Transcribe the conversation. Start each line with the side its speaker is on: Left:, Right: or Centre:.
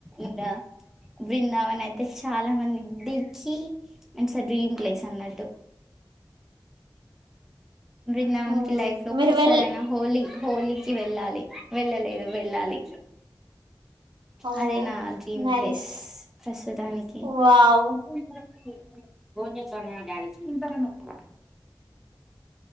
Centre: ఇంకా బృందావన అయితే చాలా మంది దిగి ఇట్స్ ఆ డ్రీమ్ ప్లేస్ అన్నట్టు న్నవనికి
Right: మ్మ్
Centre: లైఫ్ లో ఒక్కసార
Right: మీరు వెల్
Centre: అనా హోలీ హోలీ వెళ్ళాలి వెళ్ళలేదు వెళ్ళాలి
Right: ఓ
Centre: అదే నా డ్రీమ్
Right: నైస్
Centre: ప్లేస్ ప్రస్తుతానికి
Right: వావ్
Centre: <unintelligible>